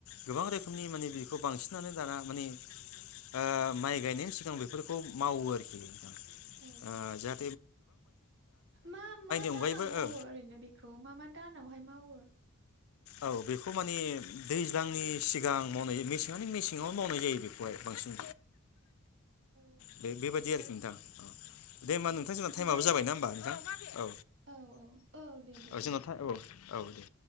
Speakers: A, on the left; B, on the right.
A: गोबां रोखोमनि माने बेखौ बांसिनानो दाना माने ओ माइ गायनायनि सिगां बेफोरखौ मावो आरोखिं ओ
B: औ औ
A: जा
B: मा मा
A: अनगायैबो
B: दानाव मावो
A: ओ
B: ओरैनो बेखौ मा मा दानाव अहाय मावो
A: औ बेखौ माने दैज्लांनि सिगां मावनाय जायो मेसेङानो मेसेङावनो मावनाय जायो बेखौहाय बांसिन
B: औ
A: बे बेबादि आरोखि <inaudible> दे होमबा
B: औ
A: नोंथां जोंना
B: ओमफ्राय
A: टाइमाबो जाबायना होमबा नोंथां औ
B: औ औ दे दे
A: औ जोंना टा औ औ